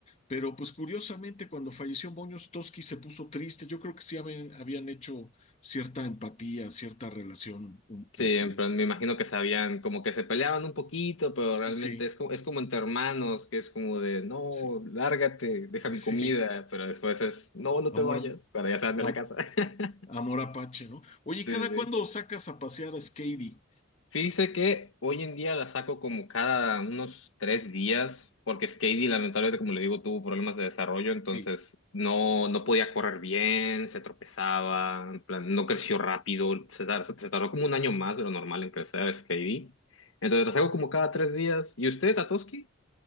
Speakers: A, on the left; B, on the left.
A: pero pues curiosamente cuando falleció Moños, Toski se puso triste, yo creo que sí habían, habían hecho cierta empatía, cierta relación, un-
B: Sí,
A: este,
B: pero me imagino que sabían, como que se peleaban un poquito, pero realmente
A: sí,
B: es como, es como entre hermanos, que es como de, no,
A: sí,
B: lárgate, deja
A: <laughs>
B: mi
A: sí.
B: comida, pero después es, no, no
A: Amor,
B: te vayas, para ya salen
A: am-
B: de la casa. <laughs>
A: amor Apache, ¿no? Oye, ¿y
B: Sí,
A: ¿cada
B: sí.
A: cuándo sacas a pasear a Skady?
B: Fíjese que hoy en día la saco como cada unos tres días, porque Skady lamentablemente, como le digo, tuvo problemas de desarrollo, entonces
A: Sí.
B: no, no podía correr bien, se tropezaba, en plan, no creció rápido, se, tar- se tardó como un año más de lo normal en crecer Skady. Entonces la saco como cada tres días. ¿Y usted, Tatoski?